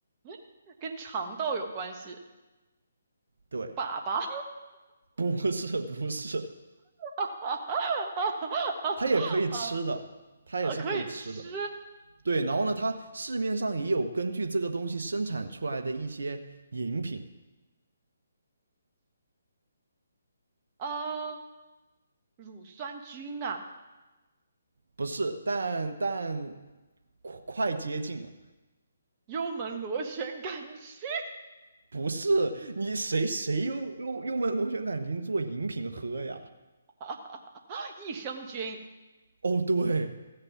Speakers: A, on the right; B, on the right.
A: <laughs> 跟肠道有关系，
B: 对，
A: 粑粑
B: 不是不是，
A: <laughs>
B: 它也可以吃的，
A: 啊
B: 它也是可以吃的。
A: 啊，可以吃，
B: 对，然后呢，它市面上也有根据这个东西生产出来的一些饮品，
A: 呃，乳酸菌啊，
B: 不是，但但快快接近了。
A: 幽门螺旋杆菌
B: 不是你谁谁用用用门螺旋杆菌做饮品喝呀？
A: 啊，益生菌。
B: 哦，对，